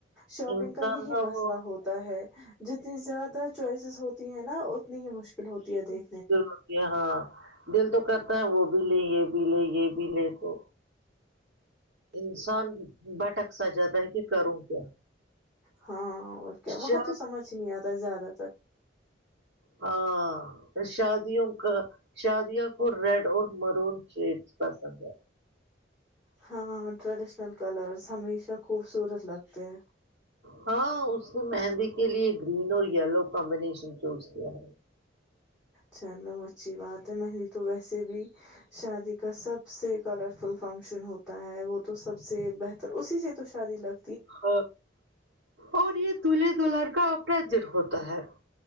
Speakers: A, in the centre; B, on the right.
A: شاپنگ
B: انسان
A: کا یہی
B: نہ
A: مسئلہ
B: وہ
A: ہوتا ہے جتنی زیادہ چوائسیز ہوتی ہے نا اتنی ہی مشکل ہوتی ہے دیکھ
B: مکل ہوتی ہے ہاں دل تو کرتا ہیں وہ بھی لے یہ بھی لے یہ بھی لے تو انسان بھٹک سا جاتا ہے کہ کروں کیا
A: ہاں اور کیا
B: شاید
A: وہاں تو سمجھ ہی نہیں آتا زیادہ س
B: ہاں شادیوں کا شادوں کو ریڈ اور مرون شیڈ پسند ہے
A: ہاں ٹریڈیشنل کلرس ہمیشہ خوبصورت لگتے ہیں
B: ہاں اس نے مہندی کے لیے گرین اور یلو کمبینیشن چوز کیا ہے
A: چلو اچھی بات ہے مری تو ویسے بھی شادی کا سب سے کلرفل فنکشن ہوتا ہے وہ تو سب سے بہتر اسی سے تو شادی لگ
B: ہاں اور یہ دلہے دلہر کا اپراجر ہوتا ہے